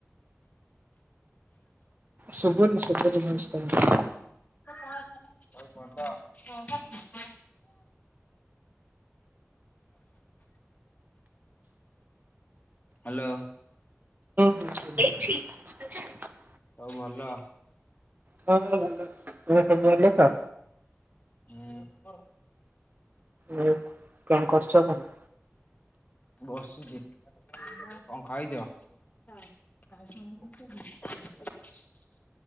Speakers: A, on the right; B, on the left.
A: ସୁବୁନି ସେପଟୁ ଭଏସ ତମର।
B: କଣ ଭଲ ହଁ ପା। <unintelligible> ହ୍ୟାଲୋ।
A: ାଇ <unintelligible>
B: ସବୁ ଭଲ?
A: ହଁ ଭଲ ତୁମର ସବୁ ଭଲ ତ?
B: ହୁଁ।
A: ଆଉ କଣ କରୁଛ କଣ?
B: ବସିଛି। କଣ ଖାଇଛ? <inaudible>